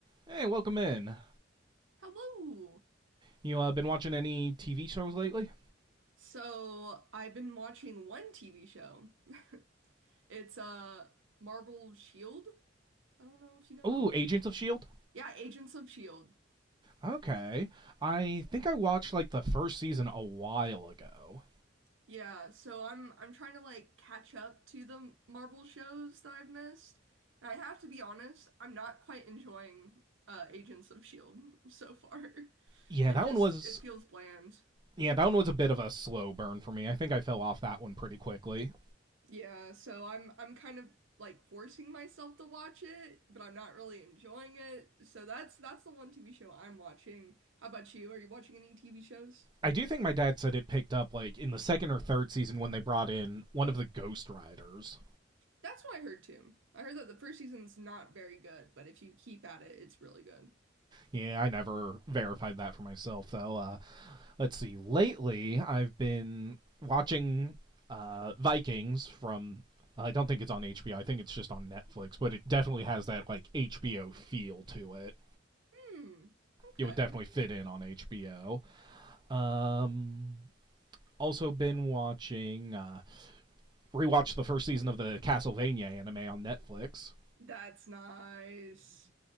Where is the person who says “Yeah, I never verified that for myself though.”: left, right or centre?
Right